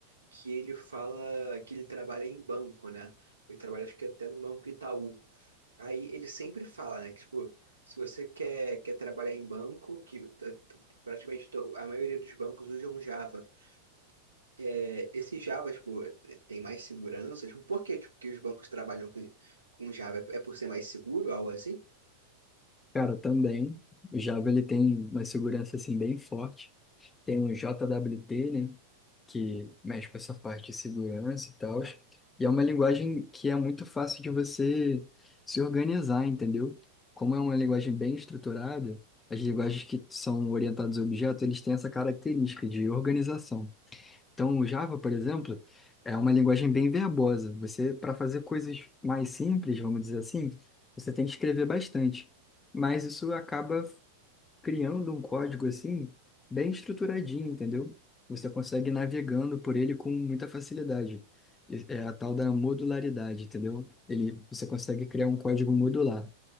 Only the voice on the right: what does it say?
que ele fala que ele trabalha em banco, né? Ele trabalha, acho que até no Banco Itaú. Aí ele sempre fala, né, que, tipo, se você quer, quer trabalhar em banco, que tá- praticamente to- a maioria dos bancos usam um Java. É, esse Java, tipo, é, tem mais segurança, tipo, por que, tipo, que os bancos trabalham com, com Java? É é por ser mais seguro, algo assim?